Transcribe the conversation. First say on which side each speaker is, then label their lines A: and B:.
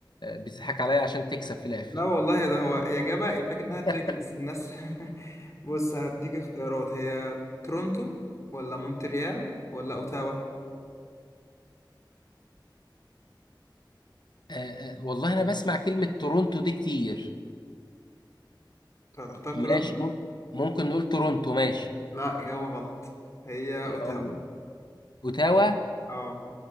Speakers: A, on the left; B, on the left.
A: بتضحك عليا عشان تكسب في الآخر
B: لا والله ده هو هي جابها الفكرة انها تريكي
A: <laughs> آه،
B: بس الناس <laughs> بص هديك اختيارات هي تورونتو ولا مونتريال ولا اوتاوا
A: آه، والله أنا بسمع كلمة تورونتو دي كتير
B: طب هتختار
A: ماشي
B: تورونتو
A: مم- ممكن نقول تورونتو ماشي
B: لا اجابة غلط هي
A: يا
B: اوتاوا
A: الله أوتاوا
B: اه